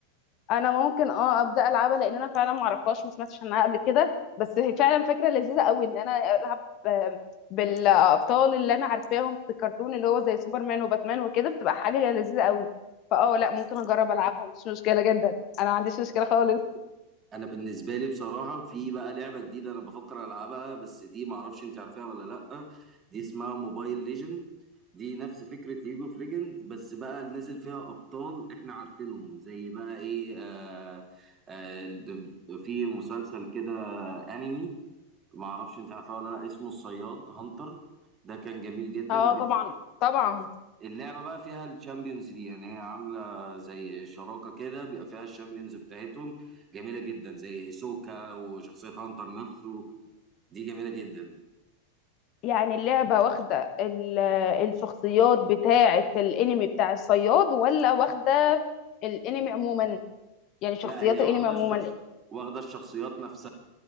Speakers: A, on the left; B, on the right.
A: انا ممكن اه ابدا العبها لان انا فعلا ما اعرفهاش ما سمعتش عنها قبل كده بس هي فعلا فكره لذيذه قوي ان انا العب آه، بالابطال اللي انا عارفاهم في الكرتون اللي هو زي سوبرمان وباتمان وكده بتبقى حاجه لذيذه قوي فاه لا ممكن اجرب العبها ما عنديش مشكله جدا انا ما عنديش مشكله خالص
B: انا بالنسبه لي بصراحه في بقى لعبه جديده انا بفكر العبها بس دي ما اعرفش انت عارفاها ولا لا دي اسمها موبايل ليجند دي نفس فكره ليج اوف ليجند بس بقى نازل فيها ابطال احنا عارفينهم زي بقى ايه آه آه في مسلسل كده انمي ما اعرفش انت عارفاه ولا لا اسمه الصياد هانتر ده كان جميل جدا
A: اه طبعا طبعا
B: اللعبة بقى فيها الشامبيونز دي يعني هي عاملة زي شراكة كده بيبقى فيها الشامبيونز بتاعتهم جميلة جدا زي هيسوكا وشخصية هانتر نفسه دي جميلة جدا
A: يعني اللعبه واخده ال- الشخصيات بتاعه الانمي بتاع الصياد ولا واخده الانمي عموما يعني شخصيات
B: لا هي
A: الانمي
B: واخدة
A: عموما
B: الشخص واخدة الشخصيات نفسها